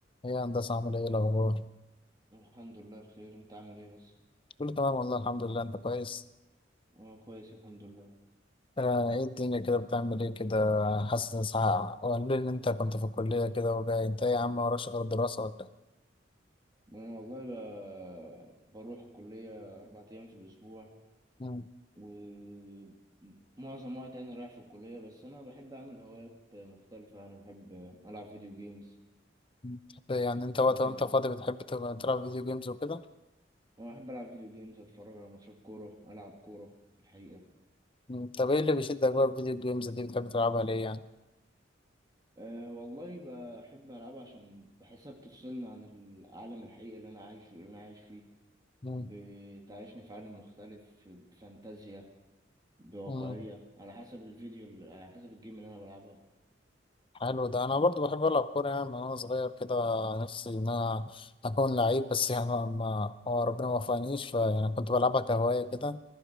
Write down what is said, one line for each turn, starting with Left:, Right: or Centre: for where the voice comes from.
Left: ايه يا هندسة عامل ايه الأخبار؟
Right: الحمد لله بخير انت عامل ايه بس
Left: كله تمام والله الحمد لله أنت كويس؟
Right: انا كويس الحمد لله
Left: آه ايه الدنيا كده بتعمل ايه كده؟ حاسس إن ساعة وقالوا لي إن أنت كنت في الكلية كده وجاي أنت إيه يا عم وراش غير الدراسة ولا إيه؟
Right: انا والله ب... بروح الكلية اربع ايام في الاسبوع
Left: مم.
Right: ومعظم وقت انا رايح في الكلية بس انا بحب اعمل هوايات مختلفة انا بحب العب فيديو جيمز
Left: بتحب- يعني أنت وقت
Right: وبحب
Left: وأنت فاضي بتحب تبقى تلعب فيديو جيمز وكده؟
Right: انا بحب العب فيديو جيمز اتفرج على ماتشات كورة العب كورة في الحقيقة
Left: مم. طب ايه اللي بيشدك بقى في الفيديو جيمز دي بتحب تلعبها ليه يعني؟
Right: أه والله بحب ألعبها عشان بحسها بتفصلني عن العالم الحقيقي اللي أنا عايشه اللي أنا عايش فيه
Left: مم.
Right: بتعيشني في عالم مختلف بفانتازيا بواقعية
Left: مم.
Right: على حسب الفيديو ال- على حسب الجيم اللي انا بلعبها
Left: حلو ده انا برضو بحب العب كوره يعني من وانا صغير كده نفسي ان انا اكون لعيب بس يعني ما ما- هو ربنا ما وفقنيش فيعني كنت بلعبها كهوايه كده